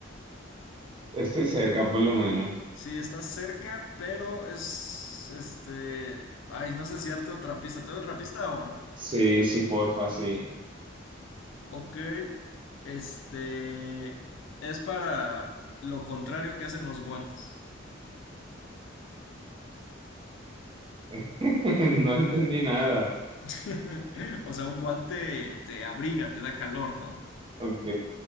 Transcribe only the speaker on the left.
Sí, estás cerca, pero es este. Ay, no sé si darte otra pista. ¿Te doy otra pista o no?
Ok, este es para lo contrario que hacen los guantes.
<laughs> O sea, un guante te abriga, te da calor, ¿no?